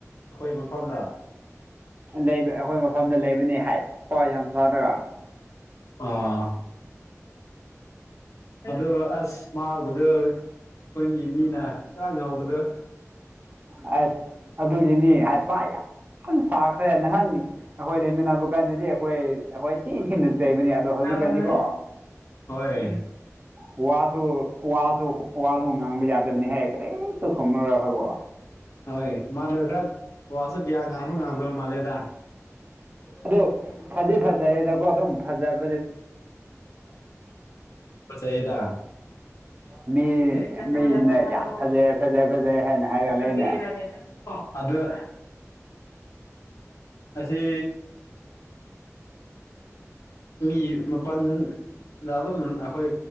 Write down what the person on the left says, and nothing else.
ꯑꯩꯈꯣꯏ ꯃꯐꯝꯗ
ꯑ ꯑꯗꯣ ꯑꯁ ꯃꯥꯗꯨ ꯑꯩꯟꯒꯤ ꯃꯤꯅ ꯄꯨꯔꯥ ꯉꯥꯎꯕꯗꯣ
ꯌꯥ ꯍꯣꯏ
ꯍꯣꯏ ꯃꯥꯜꯂ ꯈꯔ ꯋꯥꯁꯨ ꯀꯌꯥ ꯉꯥꯡꯕ ꯉꯥꯡꯗꯣꯏ ꯃꯥꯜꯂꯦꯗ
ꯍꯤꯗ
ꯦꯅ
ꯐꯥꯇ
ꯦ ꯂꯇꯦ ꯑꯗꯨ ꯑ ꯑꯁꯤ ꯃꯤ ꯃꯥꯄꯜꯗ ꯑꯗꯨꯝ ꯑꯩꯈꯣꯏ